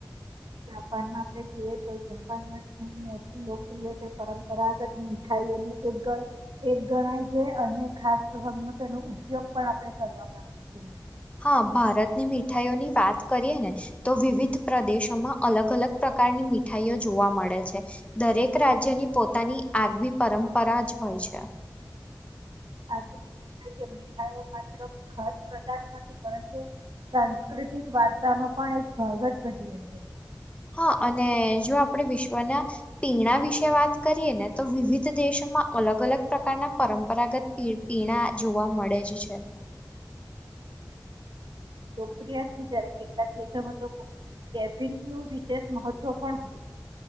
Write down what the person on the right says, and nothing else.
જાપાનમાં આપણે જોઈએ તો જાપાનમાં ખ મોટીું લોકપ્રિય છે પરંપરાગત મીઠાઈઓનું એક એક ગણાય છે અને ખાસ પ્રમ તેનો ઉપયોગ પણ આપણે કરવામાં આવે છે
આ સમાય કે મીઠાઈ માત્ર ખદ પદાર્થ નથી પરંતુ સાંસ્કૃતિક વાર્તા ન પણ એક ભાગ જ ભજવે છે
કેટલાકો તો કેફ ન વિશેષ મહત્વ પણ હોય